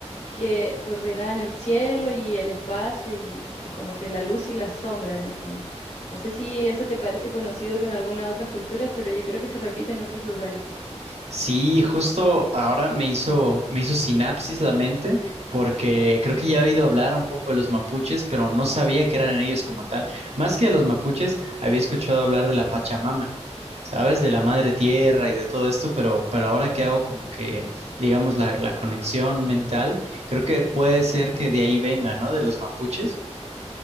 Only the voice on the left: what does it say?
que en el cielo y el espacio y, y como que la luz y la sombra en el fondo. No sé si eso te parece conocido con alguna otra cultura, pero yo creo que se repite en otros lugares.